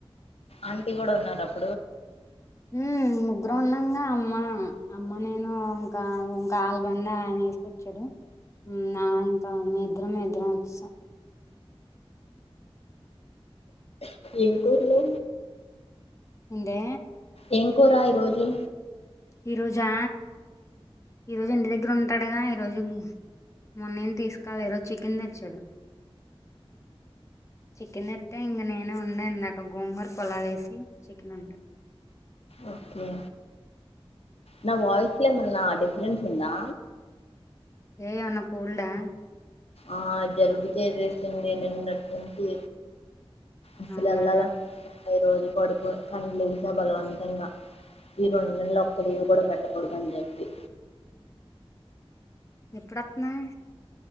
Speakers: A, on the left; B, on the left.
A: ఆంటీ కూడా ఉన్నారు అప్పుడు
B: ఉ ముగ్గురం ఉన్నాంగా అమ్మా అమ్మ నేను ఇంకా ఇంకా ఆల్బంద ఆయన వేసుకొచ్చాడు ఉమ్ నా ఇంకా మీద్దరం మీద్దరం వచ్చేశాం
A: ఏం కూర్లే
B: ఎంటే
A: ఏం కూర ఈరోజు
B: ఈరోజా ఈరోజు ఇంటి దగ్గర ఉన్ త్తడగా ఈరోజు మొన్నేం తీసుకోలే ఈరోజు చికెన్ తెచ్చాడు చికెన్ ఎట్ట ఇంక నేనే వండా ఇందాక గోంగూర పలావ్ వేసి చికెన్ వండ
A: ఓకే నా వయిస్లే ఏమ నా డిఫరెన్స్ ఉందా
B: ఏమన్నా కోల్డా
A: ఆ జలుబు చేసేసింది నిన్నటి నుంచి అసలు
B: అవునా
A: ఎల్లాల <inaudible> ఈరోజు పడుకొ కాని లేసిన బలవంతంగా ఈ రెండు నెలలు ఒక్క లీవ్ కూడా పెట్టకూడదు అని చెప్పి
B: ఎప్పుడోత్నావు